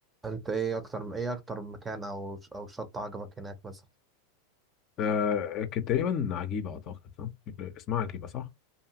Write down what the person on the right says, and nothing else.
انت ايه اكتر ايه اكتر مكان او او شط عجبك هناك مثلا